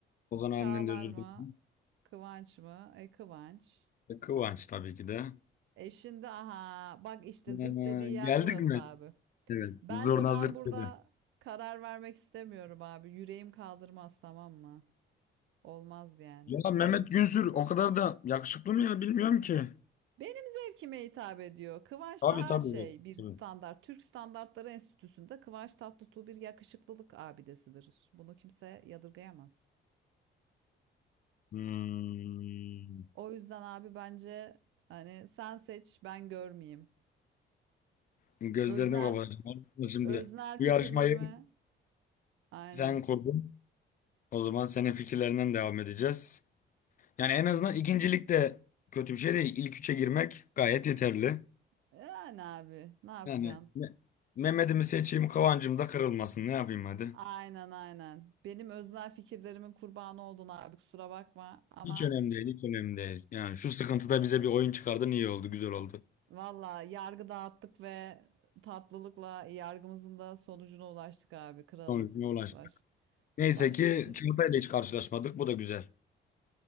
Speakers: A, on the left; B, on the right.
A: Ozan
B: Çağlar
A: abimden de özür
B: mı?
A: dilerim.
B: Kıvanç mı? E Kıvanç.
A: E, Kıvanç tabii ki de.
B: E şimdi aha bak işte
A: Ee,
B: zırt dediği yer
A: geldik
B: burası
A: mi?
B: abi.
A: Evet.
B: Bence
A: Zurna
B: ben
A: zırt
B: burada
A: dedi.
B: karar vermek istemiyorum abi. Yüreğim kaldırmaz tamam mı? Olmaz yani.
A: Ya Mehmet Günsür o kadar da yakışıklı mı ya bilmiyorum ki.
B: Benim zevkime hitap ediyor. Kıvanç
A: Tabii
B: daha
A: tabii.
B: şey
A: evet,
B: bir standart.
A: tabii.
B: Türk Standartları Enstitüsü'nde Kıvanç Tatlıtuğ bir yakışıklılık abidesidir. Bunu kimse yadırgayamaz.
A: Hmm.
B: O yüzden abi bence hani sen seç ben görmeyeyim.
A: Gözlerini
B: Öznel,
A: kapatacağım. Şimdi
B: öznel
A: bu
B: fikirlerimi
A: yarışmayı
B: aynen.
A: sen kurdun. O zaman senin fikirlerinden devam edeceğiz. Yani en azından ikincilik de kötü bir şey değil. İlk üçe girmek gayet yeterli.
B: Yani abi ne yapacaksın?
A: Yani Me- Mehmet'imi seçeyim, Kıvancım da kırılmasın. Ne yapayım hadi?
B: Aynen aynen. Benim öznel fikirlerimin kurbanı oldun abi kusura bakma ama
A: Hiç önemli değil, hiç önemli değil. Yani şu sıkıntıda bize bir oyun çıkardın iyi oldu, güzel oldu.
B: valla yargı dağıttık ve tatlılıkla yargımızın da sonucuna ulaştık abi kralız.
A: Sonucuna ulaştık.
B: Baş,
A: Neyse
B: başka
A: ki
B: bir şey.
A: çantayla
B: de-
A: hiç karşılaşmadık. Bu da güzel.